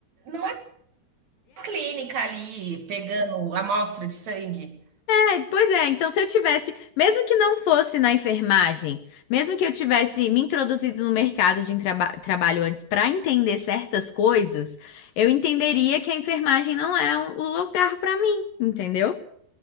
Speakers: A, on the right (about 50°); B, on the left (about 70°).
A: numa clínica ali, pegando amostra de sangue.
B: É, pois é, então se eu tivesse, mesmo que não fosse na enfermagem, mesmo que eu tivesse me introduzido no mercado de traba- trabalho antes para entender certas coisas, eu entenderia que a enfermagem não é um- o lugar para mim, entendeu?